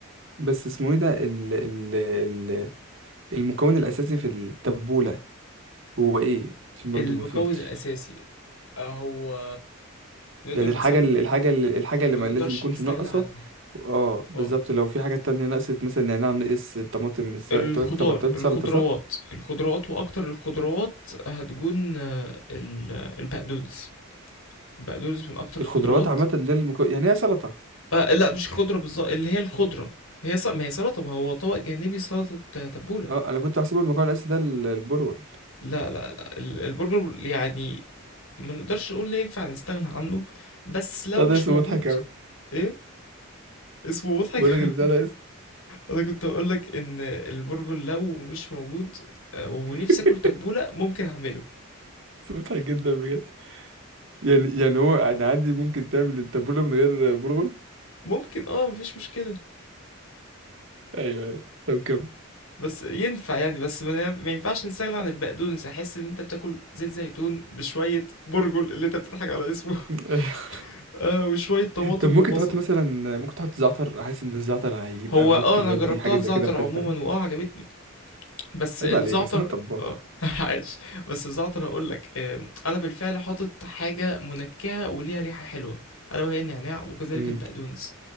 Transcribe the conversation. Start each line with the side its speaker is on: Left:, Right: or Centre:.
Right: بس اسمه ايه ده ال ال ال المكون الاساسي في التبوله هو ايه عشان برضو
Left: المكون
Right: ما فهمتش
Left: الأساسي آه، هو نقدر
Right: يعني الحاجة
Left: نسمي
Right: اللي الحاجة اللي الحاجة اللي
Left: ما
Right: ما
Left: نقدرش
Right: لازم يكونش
Left: نستغنى
Right: ناقصة
Left: عنها
Right: اه بالظبط
Left: اه
Right: لو في حاجات تانية نقصت مثلا نعناع نقص الطماطم الس-
Left: الخضار
Right: انت قلت طب انت قلت
Left: الخضروات
Right: سلطة صح؟
Left: الخضروات وأكتر الخضروات هتكون آه، ال- البقدونس البقدونس من أكتر الخضروات
Right: الخضروات عامة ده المكون يعني ايه سلطة؟
Left: آه لا مش الخضرة بالظبط اللي هي الخضرة هي ص... ما هي سلطة ما هو طبق جانبي سلطة آه، تبولة
Right: اه انا كنت بحسبه المكون الاساسي ده ال- البرغل
Left: لا لا لا ال- البرجر يعني ما نقدرش نقول إن ينفع نستغنى عنه بس لو
Right: بتاع ده
Left: مش
Right: اسمه
Left: موجود
Right: مضحك اوي
Left: ايه اسمه مضحك
Right: بقول لك البتاع ده اسمه
Left: انا كنت هقول لك ان البرجر لو مش موجود آه، ونفسي
Right: <laughs>
Left: اكل تبولة ممكن اعمله
Right: اسمه مضحك جدا بجد يعني يعني هو انا عندي ممكن تعمل التابولة من غير برغل؟
Left: ممكن اه مفيش مشكلة
Right: ايوه ايوه طب كم
Left: بس ينفع يعني بس ما ما ينفعش نستغنى عن البقدونس احس ان انت بتاكل زيت زيتون بشوية برجل اللي انت بتضحك على اسمه
Right: <laughs>
Left: <laughs> آه وشوية طماطم
Right: طب ممكن
Left: وبصل
Right: تحط مثلا ممكن تحط زعتر احس ان الزعتر هيبقى
Left: هو
Right: ممكن
Left: اه انا
Right: يودي
Left: جربتها
Right: حاجة
Left: بزعتر
Right: زي كده في
Left: عموما
Right: حتة تانية
Left: واه عجبتني بس
Right: عيب
Left: الزعتر
Right: عليك اصل انا طباخ
Left: اه <laughs> عاش بس الزعتر هقول لك انا بالفعل حاطط حاجه منكهه وليها ريحه حلوه الا وهي النعناع وكذلك
Right: امم
Left: البقدونس